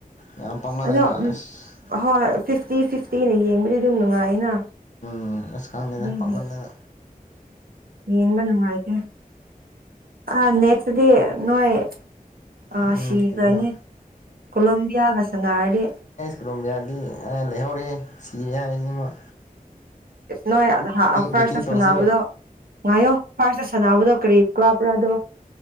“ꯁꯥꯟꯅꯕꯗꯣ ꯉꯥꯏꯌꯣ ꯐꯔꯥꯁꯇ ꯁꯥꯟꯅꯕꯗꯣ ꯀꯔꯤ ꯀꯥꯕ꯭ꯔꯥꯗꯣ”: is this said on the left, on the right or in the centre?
Right